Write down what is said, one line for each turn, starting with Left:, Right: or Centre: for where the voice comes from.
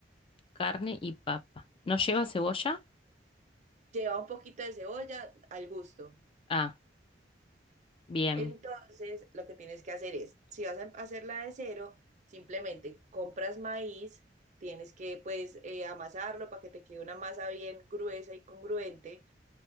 Left: Carne y papa. ¿No lleva cebolla?
Right: lleva un poquito de cebolla al gusto.
Left: Ah, bien.
Right: Entonces, lo que tienes que hacer es, si vas a hacerla de cero, simplemente compras maíz, tienes que pues eh, amasarlo para que te quede una masa bien gruesa y congruente.